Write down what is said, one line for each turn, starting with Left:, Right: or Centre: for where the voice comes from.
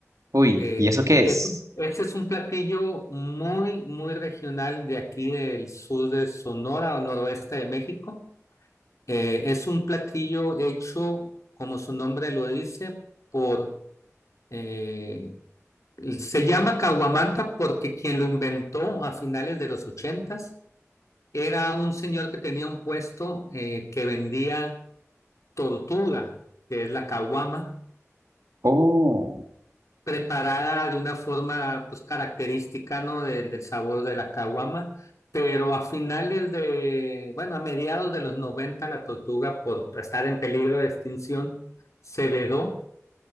Right: Uy,
Left: Eh,
Right: ¿y eso qué es?
Left: es un- este es un platillo muy, muy regional de aquí del sur de Sonora o noroeste de México. Eh, es un platillo hecho, como su nombre lo dice, por... eh, se llama caguamanta porque quien lo inventó a finales de los ochentas era un señor que tenía un puesto eh, que vendía tortuga, que es la caguama
Right: Oh,
Left: preparada de una forma pues característica, ¿no? Del, del sabor de la caguama, pero a finales de, bueno, a mediados de los 90 la tortuga por estar en peligro de extinción se vedó